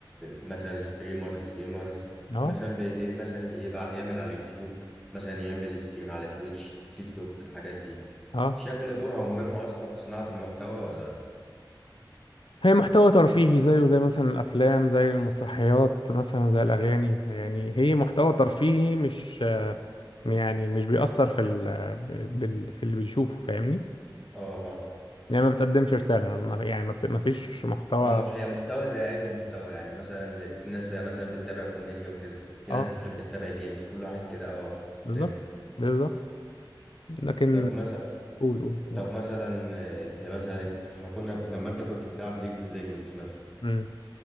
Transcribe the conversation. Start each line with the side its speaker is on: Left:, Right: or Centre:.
Centre: مثلا ستريمرز جيمرز
Left: اه
Centre: مثلا اللي مثلا يبقى يعمل على اليوتيوب مثلا يعمل ستريم على تويتش تيك توك الحاجات دي
Left: اه
Centre: انت شايف ان دورها مهم اصلا في صناعة المحتوى ولا لا
Left: هي محتوى ترفيهي زيه زي مثلا الافلام زي المسرحيات مثلا زي الاغاني يعني هي محتوى ترفيهي مش آه، يعني مش بيأثر في ال... بال... في اللي بيشوفه فاهمني
Centre: اه فا
Left: يعني ما بتقدمش رسالة ما ما- يعني ما, بت... ما فيش محتوى
Centre: هو مح- هي محتوى زي اي محتوى يعني مثلا زي- في ناس زي مثلا بتتابع كوميديا وكده في
Left: اه
Centre: ناس بتحب تتابع جيمز كل واحد كده اه
Left: بالظبط
Centre: فهمت
Left: بالظبط لكن
Centre: طب مثلا
Left: قول قول قول
Centre: طب مثلا آه، انت مثلا احنا كنا لما انت كنت بتلعب ليج اوف ليجندز مثلا
Left: مم.